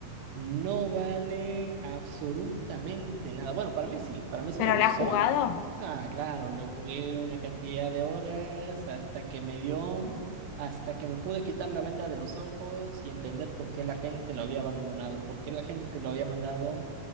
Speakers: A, on the right; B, on the left.
A: No vale absolutamente nada. Bueno, para mí sí, para mí sí
B: ¿Pero
A: me gustó.
B: lo has jugado?
A: Ah, claro, lo jugué una cantidad de horas hasta que me dio, hasta que me pude quitar la venda de los ojos y entender por qué la gente lo había abandonado, por qué la gente lo había mandado